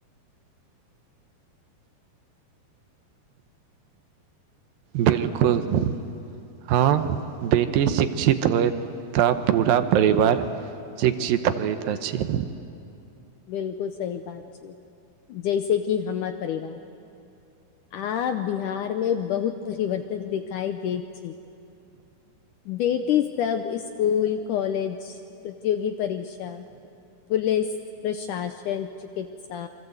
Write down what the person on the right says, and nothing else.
बिल्कुल। हां बेटी शिक्षित होय तऽ, पूरा परिवार शिक्षित होएत अछि।